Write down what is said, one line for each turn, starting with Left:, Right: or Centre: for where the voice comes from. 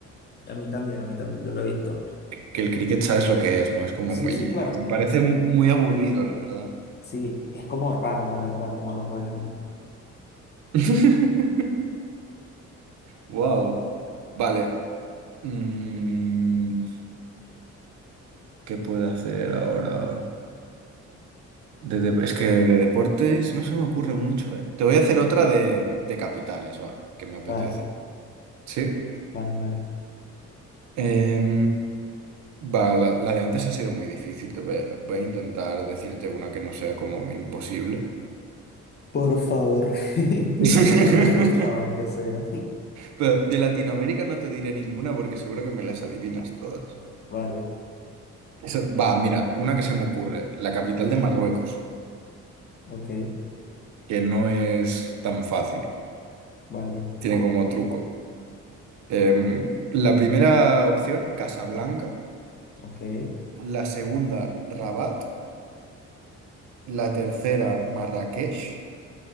Left: A mí también, a mí también. Yo lo he visto.
Right: que el cricket sabes lo que es, ¿no? Es como
Left: Sí,
Right: muy...
Left: sí, claro.
Right: Me parece muy aburrido, la verdad.
Left: Sí, es como raro, la verdad, como lo juegan.
Right: <laughs> Wow. Vale. Mm, ¿qué puedo hacer ahora? De de- es que de deportes no se me ocurre mucho, ¿eh? Te voy a hacer otra de, de capitales, va, que me apetece.
Left: Vale,
Right: Sí.
Left: vale, vale.
Right: Em, va, la, la de antes ha sido muy difícil. Te voy a, voy a intentar decirte una que no sea como imposible.
Left: Por favor, <laughs> que
Right: <laughs>
Left: medio la haya escuchado, aunque sea.
Right: Pero de Latinoamérica no te diré ninguna porque seguro que me las adivinas todas.
Left: <laughs> Vale,
Right: Eso- va, mira, una que se me ocurre, la capital de Marruecos,
Left: ok,
Right: que no es tan fácil,
Left: vale,
Right: tiene como truco. Em, la primera opción, Casablanca,
Left: ok.
Right: la segunda, Rabat, la tercera, Marrakech